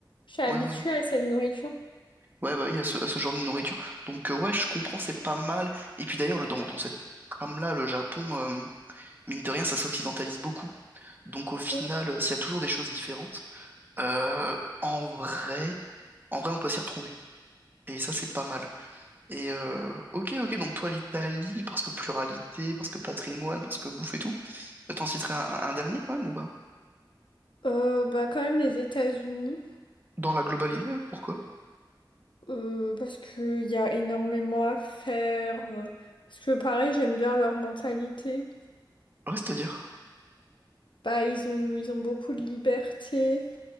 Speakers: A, on the left; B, on the right.
A: je suis habituée
B: Ouais, ouais.
A: à cette nourriture.
B: Ouais, bah oui, à ce, à ce genre de nourriture. Donc, euh, ouais, je comprends, c'est pas mal. Et puis d'ailleurs, le- dans, dans cette trame-là, le Japon, euh, mine de rien, ça s'occidentalise beaucoup. Donc, au final,
A: Oui.
B: euh, s'il y a toujours des choses différentes, euh, en vrai, en vrai, on peut s'y retrouver. Et ça, c'est pas mal. Et euh, ok, ok, donc toi, l'Italie, parce que pluralité, parce que patrimoine, parce que bouffe et tout. Euh, T'en citerais un, un dernier quand même ou pas?
A: Euh, bah quand même les États-Unis
B: Dans la globalité, euh, pourquoi?
A: euh, parce qu'il y a énormément à faire euh, parce que pareil j'aime bien leur mentalité
B: Ouais, c'est-à-dire.
A: Bah, ils ont, ils ont beaucoup de liberté,